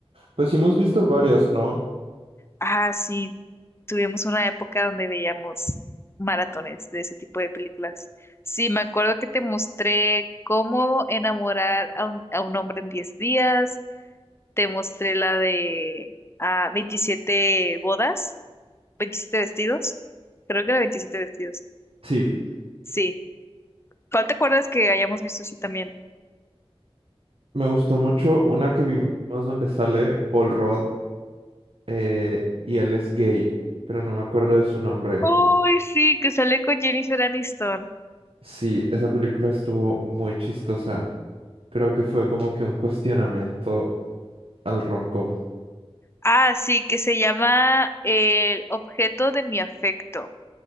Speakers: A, on the right; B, on the left.
A: Pues sí hemos visto varias, ¿no?
B: Ah, sí, tuvimos una época donde veíamos maratones de ese tipo de películas. Sí, me acuerdo que te mostré cómo enamorar a un, a un hombre en diez días, te mostré la de ah, veintisiete bodas, veintisiete vestidos, creo que era veintisiete vestidos.
A: Sí.
B: Sí, ¿cuál te acuerdas que hayamos visto así también?
A: Me gustó mucho una que vimos donde sale Paul Rudd eh, y él es gay, pero no me acuerdo de su nombre.
B: Uy, sí, que sale con Jennifer Aniston.
A: Sí, esa película estuvo muy chistosa. Creo que fue como que un cuestionamiento al romcom.
B: Ah, sí, que se llama El objeto de mi afecto.